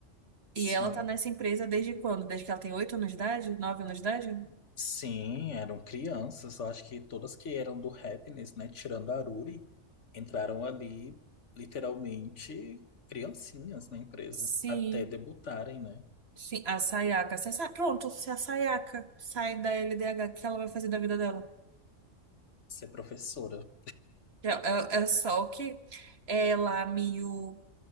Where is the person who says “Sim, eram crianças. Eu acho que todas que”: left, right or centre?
Left